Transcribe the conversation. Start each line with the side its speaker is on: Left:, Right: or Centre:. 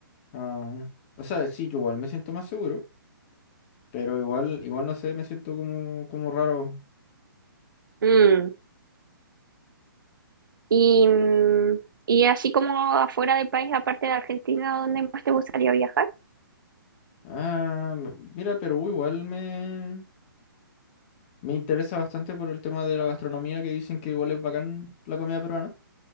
Left: Ah, o sea, sí, yo igual me siento más seguro, pero igual, igual no sé, me siento como, como raro.
Right: Mm, Y, mm, y así como afuera del país, aparte de Argentina, ¿dónde más te gustaría viajar?
Left: Ah, m- mira, Perú igual me, me interesa bastante por el tema de la gastronomía, que dicen que igual es bacán la comida peruana.